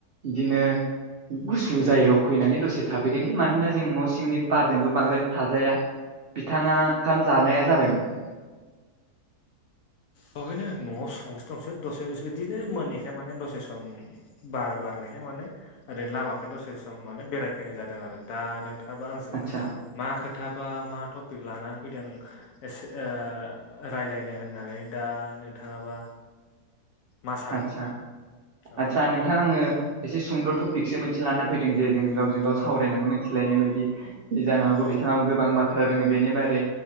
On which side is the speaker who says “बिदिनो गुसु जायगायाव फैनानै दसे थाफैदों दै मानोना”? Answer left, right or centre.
Right